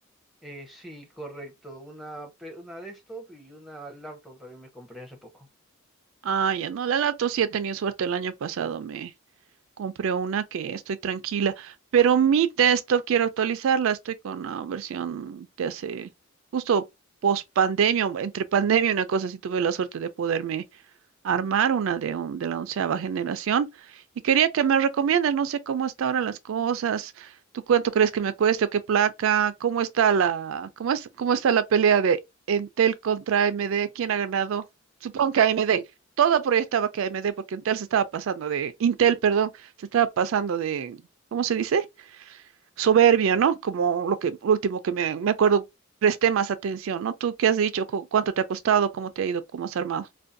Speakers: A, in the centre; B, on the right (about 75°).
A: Eh, sí, correcto. Una, pe- una desktop y una laptop también me compré hace poco.
B: Ah, ya no, la Lato sí he tenido suerte el año pasado, me compré una que estoy tranquila, pero mi desktop quiero actualizarla, estoy con una versión de hace justo post pandemia, entre pandemia, una cosa, si tuve la suerte de poderme armar una de, un- de la onceava generación y quería que me recomiendes, no sé cómo está ahora las cosas, tú cuánto crees que me cueste o qué placa, cómo está la, cómo es, cómo está la pelea de Entel contra AMD, quién ha ganado, supongo que AMD. Todo proyectaba que AMD, porque Intel se estaba pasando de, Intel, perdón, se estaba pasando de, ¿cómo se dice? Soberbio, ¿no? Como lo que, lo último que me, me acuerdo, presté más atención, ¿no? ¿Tú qué has dicho? ¿Cu- ¿Cuánto te ha costado? ¿Cómo te ha ido? ¿Cómo has armado?